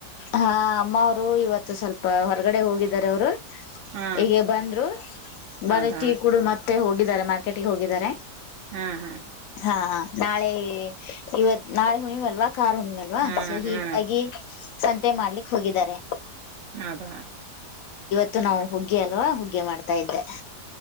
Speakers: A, on the left (about 65°); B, on the right (about 60°).
A: ಹಾ ಅಮ್ಮ ಅವರು ಇವತ್ತು ಸ್ವಲ್ಪ ಹೊರಗಡೆ ಹೋಗಿದ್ದಾರೆ ಅವರು
B: ಹಾ
A: ಈಗೆ ಬಂದ್ರು ಮರ
B: ಹೌದಾ
A: ಟೀ ಕುೂಡ್ ಮತ್ತೆ ಹೋಗಿದ್ದಾರೆ ಮಾರ್ಕೆಟ್ಗೆ ಹೋಗಿದ್ದಾರೆ
B: ಹಾ ಹಾ
A: ಹಾ ನಾಳೆ ಇವತ್ ನಾಳೆ ಹುಣಿಮ್ಲ್ವಾ ಕಾರುಣವಲ್ವಾ
B: ಹಾ
A: ಸೊ
B: ಹಾ
A: ಹೀಗಾಗಿ ಸಂತೆ ಮಾಡ್ಲಿಕ್ ಹೋಗಿದ್ದಾರೆ
B: ಅದ
A: ಇ ನಾವು ಹುಗ್ಗಿ ಅಲ್ವಾ ಹುಗ್ಗೆ ಮಾಡ್ತಾ ಇದ್ದೆ